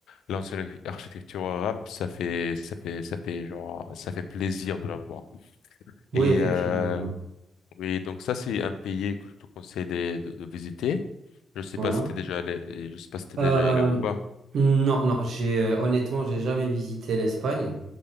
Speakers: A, on the left; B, on the right.
A: l'ancienne architecture arabe, ça fait, ça fait, ça fait genre, ça fait plaisir de la voir.
B: Oui,
A: Et
B: effectivement.
A: euh, oui, donc ça c'est un pays que je te conseille de, de, de visiter. Je sais
B: Voilà.
A: pas si t'es déjà allé, et je sais pas si t'es déjà
B: Euh,
A: allé ou pas.
B: non, non, j'ai euh, honnêtement, j'ai jamais visité l'Espagne.